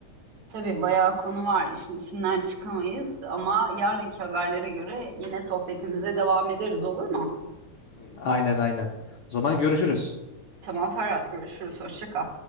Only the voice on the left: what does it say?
Aynen aynen. O zaman görüşürüz.